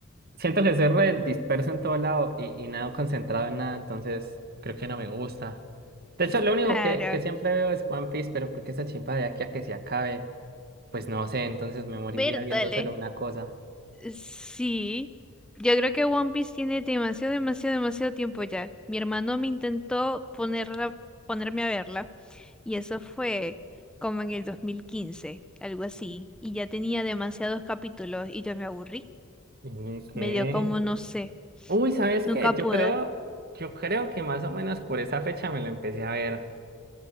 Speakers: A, on the right; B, in the centre.
A: siento que soy re disperso en todo lado y, y nada concentrado en nada, entonces creo que no me gusta. De hecho, lo único
B: Claro,
A: que, que siempre veo es One Piece, pero porque esa chimpa de aquí a que se acabe. Pues no sé, entonces me moriría
B: Bertale.
A: viendo solo una cosa.
B: Sí, yo creo que One Piece tiene demasiado, demasiado, demasiado tiempo ya. Mi hermano me intentó ponerla, ponerme a verla y eso fue como en el 2015, algo así. Y ya tenía demasiados capítulos y yo me aburrí.
A: ¿Y qué?
B: Me dio como, no sé,
A: Uy, ¿sabes
B: nunca
A: qué? Yo
B: pude.
A: creo, yo creo que más o menos por esa fecha me lo empecé a ver.